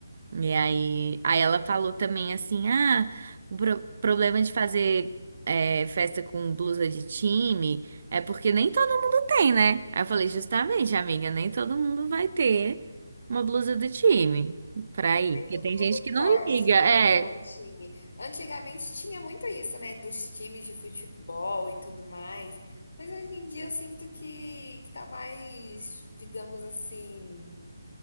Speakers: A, on the right; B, on the left.
A: E aí, aí ela falou também assim, ah, o pro- problema de fazer é, festa com blusa de time é porque nem todo mundo tem, né? Aí eu falei, justamente, amiga, nem todo mundo vai ter uma blusa do time pra ir. Porque
B: Todo
A: tem
B: mundo
A: gente que não
B: torce,
A: liga,
B: né,
A: é,
B: para um time. Antigamente tinha muito isso, né, dos times de futebol e tudo mais. Mas hoje em dia eu sinto que, que tá mais, digamos assim,